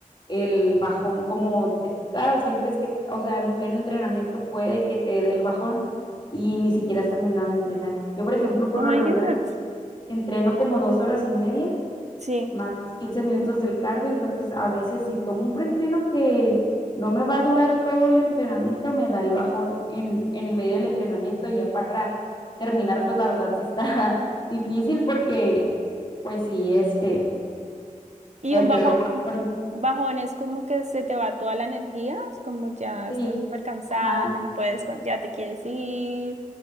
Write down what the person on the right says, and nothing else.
Oh
my
God.
Sí.
Y
un
bajón,
bajón es como que se te va toda la energía, es como ya
estás súper cansada,
ya no puedes con- ya te quieres ir,